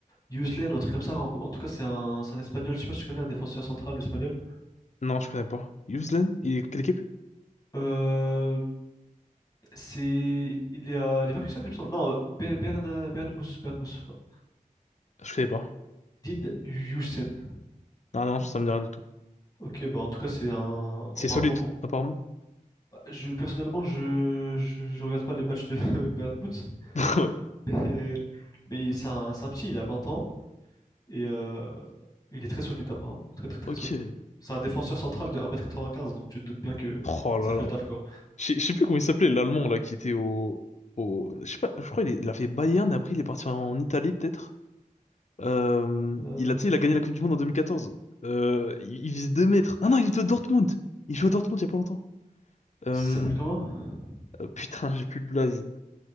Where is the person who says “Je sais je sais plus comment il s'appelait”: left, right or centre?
Left